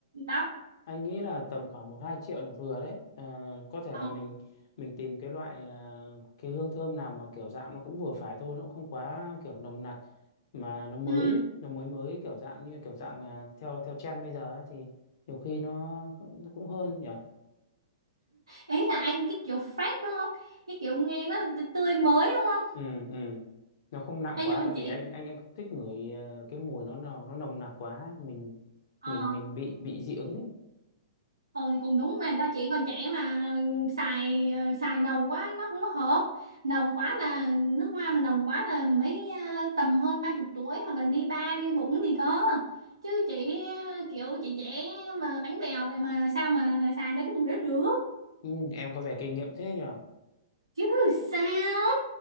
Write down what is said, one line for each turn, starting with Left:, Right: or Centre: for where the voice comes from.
Right: đắt
Left: anh nghĩ là tầm khoảng một hai triệu là vừa đấy à, có thể
Right: Ờ,
Left: là mình mình tìm cái loại à, cái hương thơm nào mà kiểu dạng nó cũng vừa phải thôi nó cũng không quá kiểu nồng nặc mà nó mới
Right: ừ.
Left: ấy, nó mới mới kiểu dạng như kiểu dạng à, theo theo trend bây giờ ấy, thì nhiều khi nó, nó cũng hơn nhỉ
Right: ý là anh cái kiểu fresh đúng không cái kiểu nghe nó tươi mới đúng không
Left: ừ ừ nó không nặng
Right: Ê,
Left: quá
Right: nhưng mà
Left: tại
Right: chị
Left: vì anh anh anh không thích ngửi à, cái mùi nó nào nó nồng nặc quá ấy. mình
Right: ờ
Left: mình mình bị bị dị ứng ấy.
Right: ừ thì cũng đúng mà do chị còn trẻ mà xài ờ, xài nồng quá nó không có hợp nồng quá là nước hoa mà nồng quá là mấy ờ, tầm hơn ba chục tuổi hoặc là đi ba đi bụng thì có chứ chị ờ, kiểu chị trẻ mà bánh bèo vậy mà sao mà xài mấy cái mùi đó được
Left: ừ, em có vẻ kinh nghiệm thế nhỉ
Right: chứ sao